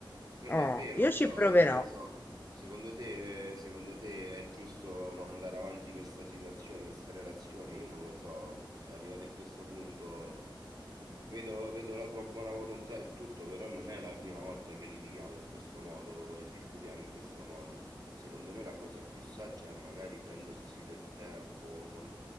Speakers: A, on the right; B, on the left.
A: Quello
B: Oh,
A: è vero,
B: io
A: però
B: ci proverò.
A: non lo so. Secondo te, secondo te è giusto mandare avanti questa situazione, questa relazione? Io non lo so. Cioè, arrivati a questo punto, vedo, vedo la tua buona volontà e tutto, però non è la prima volta che litighiamo in questo modo e discutiamo in questo modo. Secondo me la cosa più saggia è magari prendersi del tempo,